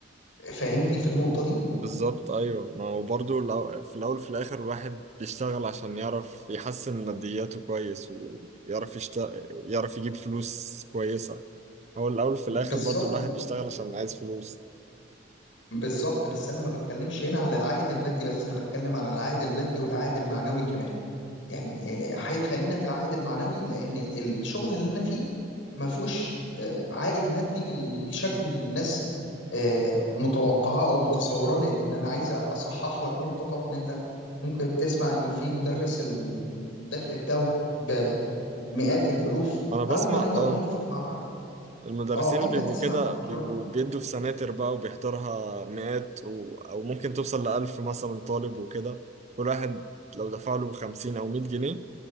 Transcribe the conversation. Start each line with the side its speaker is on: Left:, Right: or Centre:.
Left: فاهمني في النقطة دي
Right: بالظبط ايوه ما هو برضو الأو- في الاول وفي الاخر الواحد بيشتغل عشان يعرف يحسن مادياته كويس ويعرف يشتغل يعرف يجيب فلوس كويسه هو الاول في الاخر
Left: بالظبط
Right: برضو الواحد بيشتغل عشان عايز فلوس
Left: بالظبط بس انا ما بتكلمش هنا على العائد المادي بس انا بتكلم على العائد المادي والعائد المعنوي كمان يعني آه، حي- خلينا في العائد المعنوي لان الشغل اللي انا فيه ما فيهوش آه، عائد مادي بالشكل اللي الناس آه، متوقعاه او متصوراه لان انا عايز اصحح لك نقطه طبعا انت ممكن تسمع انه في مدرس ال- الدخل بتاعه بمئات الالوف
Right: انا بسمع
Left: او هنقدر
Right: اه
Left: نقول ف- مع-
Right: المدرسين
Left: اه
Right: اللي
Left: انت
Right: بيبقوا
Left: تسمع
Right: كده
Left: في عشرات
Right: بيبقوا بيدوا في سناتر بقى وبيحضرها مئات و... او ممكن توصل لألف مثلا طالب وكده كل واحد لو دفع له 50 او 100 جنيه